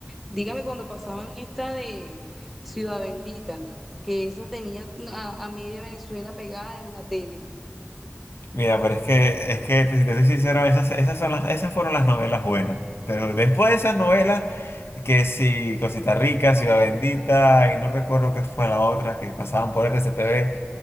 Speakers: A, in the centre; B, on the left.
A: Dígame cuando pasaban esta de Ciudad Bendita, que esa tenía a, a media Venezuela pegada en la tele.
B: mira, pero es que, es que si te soy sincero, esas, esas son las, esas fueron las novelas buenas. Pero después de esas novelas, que si Cosita Rica, Ciudad Bendita, y no recuerdo qué fue la otra que pasaban por RCTV,